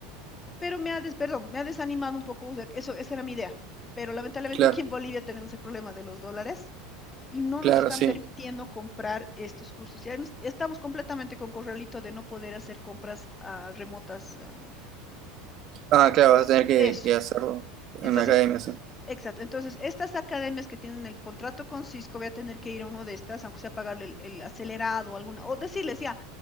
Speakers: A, on the left; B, on the right.
A: pero me ha, des, perdón, me ha desanimado un poco, o sea, eso, esa era mi idea. Pero lamentablemente
B: claro,
A: aquí en Bolivia tenemos el problema de los dólares y no
B: claro,
A: nos están
B: sí.
A: permitiendo comprar estos cursos. Ya nos- estamos completamente con corralito de no poder hacer compras ah, remotas. ah,
B: Ah, claro, vas a tener que,
A: eso.
B: que hacerlo
A: Entonces,
B: en la academia, sí.
A: Exacto. Entonces, estas academias que tienen el contrato con Cisco, voy a tener que ir a uno de estas, aunque sea pagarle el, el acelerado o alguna, o decirles, ya,